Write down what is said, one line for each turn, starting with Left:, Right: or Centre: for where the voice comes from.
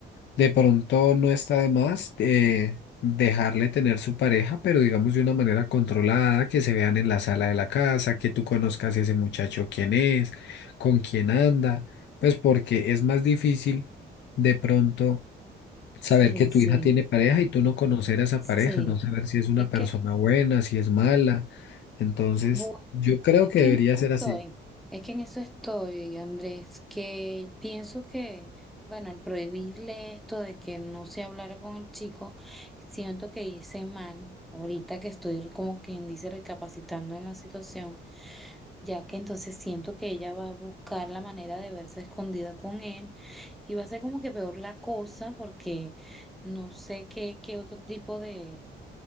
Left: De pronto no está de más eh, dejarle tener su pareja, pero digamos de una manera controlada, que se vean en la sala de la casa, que tú conozcas ese muchacho quién es, con quién anda, pues porque es más difícil de pronto saber
Centre: sí,
Left: que tu
Centre: sí,
Left: hija tiene pareja y tú no conocer a esa
Centre: sí.
Left: pareja, no saber si es una
Centre: Es
Left: persona
Centre: que,
Left: buena, si es mala. Entonces,
Centre: bu-
Left: yo creo
Centre: Es
Left: que
Centre: que
Left: debería
Centre: en eso
Left: ser
Centre: estoy,
Left: así.
Centre: es que en eso estoy, Andrés, que pienso que, bueno, al prohibirle esto de que no se hablara con el chico, siento que hice mal, ahorita que estoy como quien dice recapacitando en la situación, ya que entonces siento que ella va a buscar la manera de verse escondida con él y va a ser como que peor la cosa porque no sé qué, qué otro tipo de,